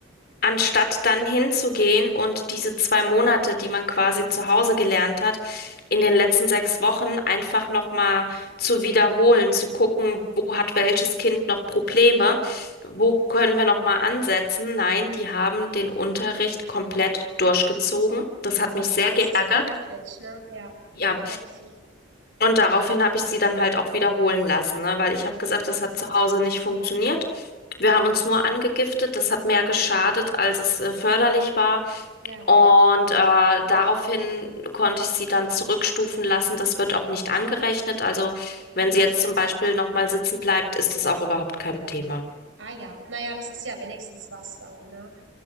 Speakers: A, on the left (about 50°); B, on the right (about 80°).
A: anstatt dann hinzugehen und diese zwei Monate, die man quasi zu Hause gelernt hat, in den letzten sechs Wochen einfach nochmal zu wiederholen, zu gucken,
B: Mhm.
A: wo hat welches Kind noch Probleme, wo können wir nochmal ansetzen. Nein, die haben den Unterricht komplett durchgezogen. Das hat
B: Ja,
A: mich sehr
B: das
A: geärgert.
B: ist schon heftig, ne? Ja,
A: Ja.
B: war hier auch so.
A: Und daraufhin habe ich sie dann halt auch wiederholen lassen, ne? Weil ich habe gesagt,
B: Mhm.
A: das hat zu Hause nicht funktioniert. Wir haben uns nur angegiftet, das hat mehr geschadet, als es äh, förderlich war.
B: Ja.
A: Und äh, daraufhin konnte ich sie dann zurückstufen lassen. Das wird auch nicht angerechnet. Also wenn
B: Mhm.
A: sie jetzt zum Beispiel nochmal sitzen bleibt, ist das auch überhaupt kein Thema.
B: Ah ja. naja, das ist ja wenigstens was dann, ne?